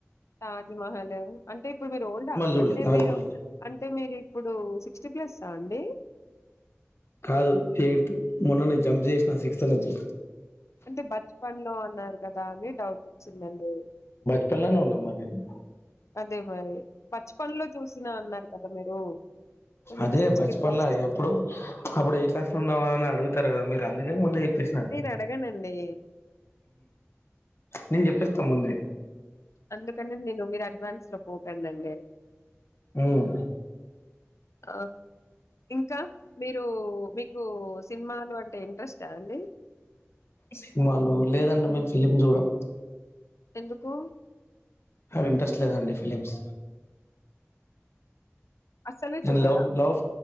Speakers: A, on the left (about 85°); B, on the left (about 60°).
A: తాజమహల్ అంటే ఇప్పుడు మీరు ఓల్డా
B: చూడలే
A: అంటే
B: తాజ్మహల్
A: మీరు అ అయితే మీరు ఇప్పుడు సిక్స్టీ ప్లస్ అండి
B: కాదు ఎయిత్ మొన్న నే జంప్ చేసిన సిక్స్త్ నుంచి
A: కే బచపనలో లో ఉన్నారు కదా అని డౌట్ వచ్చిందండి
B: పక్కలోని ఉన్న మరి నేను
A: అదే మరి బచ్‌పన్‌లో చూసినా అన్నారు కదా మీరు. సో, మీరు
B: అదే బచపన్లో
A: ప్లస్
B: ఎప్పుడు అప్పుడు ఏ క్లాస్ లో ఉన్నవా అని అడుగుతారు కదా మీరు ఎందుకే ముందు ప్పే
A: నేను అడగనండి.
B: నేను చెప్పేస్తా ముందే
A: అందుకనే నేను మీరు అడ్వాన్స్ లో పోకంనండి
B: ఉమ్,
A: ఆ ఇంకా మీరు మీకు సినిమాలు అంటే ఇంట్రెస్ట్ అండి
B: సినిమాలు లేదండి మేము ఫిలిమ్ చూడం
A: ఎందుకు
B: ఇంట్రెస్ట్ లేదండి ఫిలిమ్స్
A: అస్సలే
B: నేను
A: చూడరా?
B: లవ్ లవ్